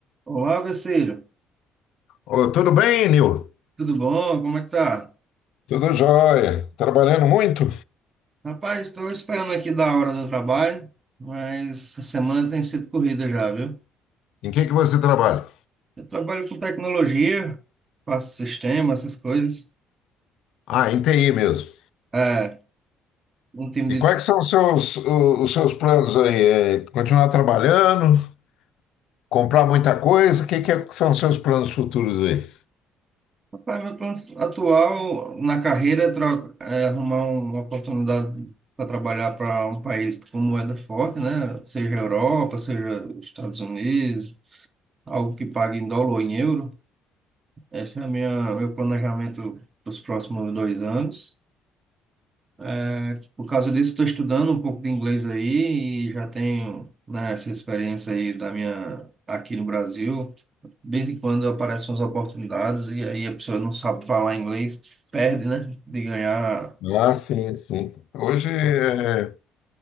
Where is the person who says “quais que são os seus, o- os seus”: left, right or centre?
Left